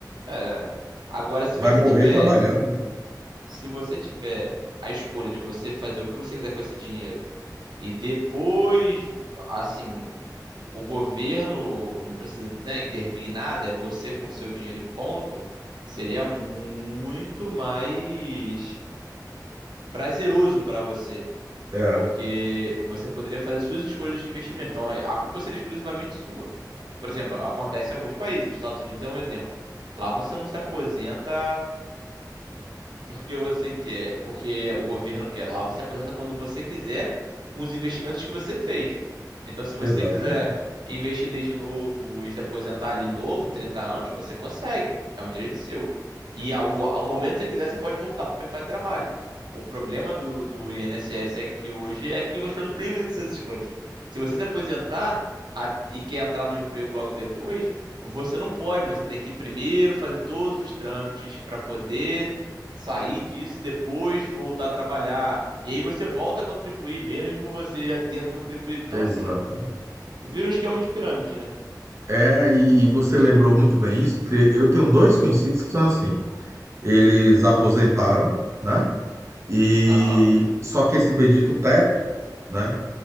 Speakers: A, on the right; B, on the right.
A: É. Agora, se
B: Vai
A: você
B: morrer
A: tiver.
B: trabalhando.
A: Se você tiver a escolha de você fazer o que você quiser com esse dinheiro e depois, assim, o governo não precisa, né, intervir em nada, é você com seu dinheiro e ponto, seria muito mais prazeroso para você.
B: É.
A: Porque você poderia fazer suas escolhas de investimento. Então, a culpa seria exclusivamente sua. Por exemplo, acontece em alguns países, Estados Unidos é um exemplo. Lá você não se aposenta porque você quer, porque o governo quer. Lá você se aposenta quando você quiser, com os investimentos que você fez. Então, se você
B: Exatamente,
A: quiser investir desde novo e se aposentar ali novo, 30 anos, você consegue. É um direito seu. E ao, ao momento que você quiser, você pode voltar para o mercado de trabalho. O problema do, do INSS é que hoje é que você não tem muitas essas escolhas. Se você se aposentar a- e quer entrar no emprego logo depois, você não pode, você tem que primeiro fazer todos os trâmites para poder sair disso e depois voltar a trabalhar. E aí você volta a contribuir, mesmo você já tendo contribuído. Então,
B: exatamente.
A: assim, vira um esquema de pirâmide, né?
B: É, e e você lembrou muito bem isso, porque eu tenho dois conhecidos que são assim. Eles aposentaram, né? E
A: Aham,
B: só que esse bendito teto, né?